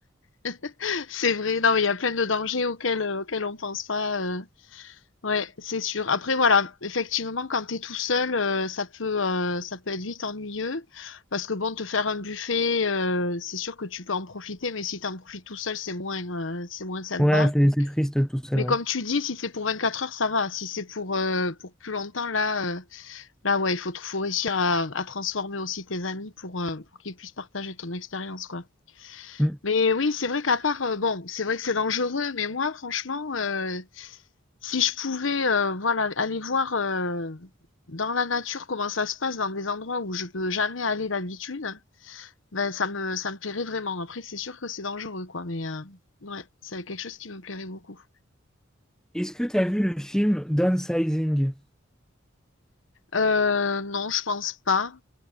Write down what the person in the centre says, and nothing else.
Ouais, c'est c'est triste tout seul,
ouais.
Mm.
Est-ce que t'as vu le film Downsizing?